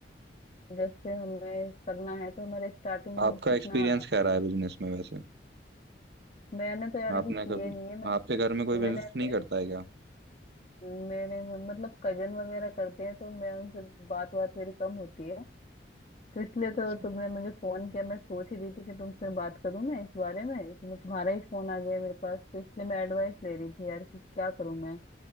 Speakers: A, on the left; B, on the right.
A: जैसे हमें करना है तो हमारे स्टार्टिंग
B: आपका
A: कितना
B: एक्सपीरियंस क्या रहा है बिजनेस में वैसे
A: मैंने तो यार अभी
B: आपने
A: किए
B: कभी
A: नहीं है मैं सिर्फ-
B: आपके घर में कोई बिजनेस
A: मैंने अभी
B: नहीं करता है क्या
A: मेरे मतलब कजन वगैरह करते हैं तो मैं उनसे बात बात मेरी कम होती है तो इसलिए तो
B: अच्छा
A: तुमने मुझे फोन किया मैं सोच ही रही थी कि तुमसे बात करूं मैं इस बारे में इसमें तुम्हारा ही फोन आ गया मेरे पास तो इसलिए मैं एडवाइस ले रही थी यार कि क्या करूं मैं